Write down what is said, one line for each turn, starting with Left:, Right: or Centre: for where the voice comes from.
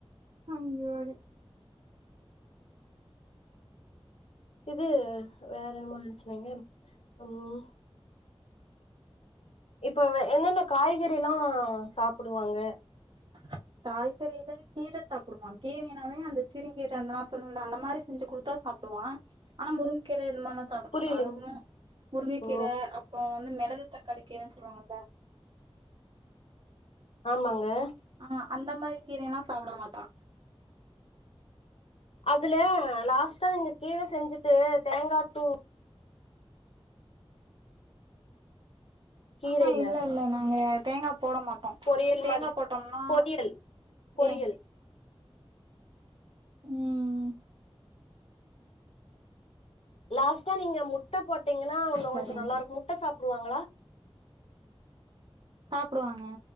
Right: <unintelligible>
Left: இது வேற என்னமோ நெனச்சனேங் ம் இப்ப என்னென்ன காய்கறிலா சாப்புடுவாங்க
Right: <inaudible> காய்கறில கீர சாப்டுவா கீரைனாவே அந்த சிறுகீர நா சொல்லுவன்ல அந்த மாரி செஞ்சு குடுத் தா சாப்டுவா ஆனா முருங்கீரை இந்த மார்லா சாப்ட
Left: புரியலங்க
Right: மாட்டா அதுவு முருங்கைக்கீர
Left: ஓ
Right: அப்றோ வந்து மிளகு தக்காளி கீரைன்னு சொல்லுவாங்கல்ல
Left: ஆமாங்க
Right: ஆ அந்த மாரி கீரைனா சாப்ட மாட்டா
Left: அதுல லாஸ்ட்டா நீங்க கீர செஞ்சுட்டு தேங்கா தூ கீரைல
Right: ஆமா இல்ல இல்ல நாங்க தேங்கா போட மாட்டோ
Left: பொரியல்
Right: தேங்கா
Left: மாரி
Right: போட்டம்னா
Left: பொரியல் பொரியல்
Right: ஏ ம்
Left: லாஸ்ட்டா நீங்க முட்ட போட்டீங்னா உன்னு
Right: சரிங்க
Left: கொஞ்சோ நல்லாருக்கு முட்ட சாப்டுவாங்ளா
Right: சாப்டுவாங்க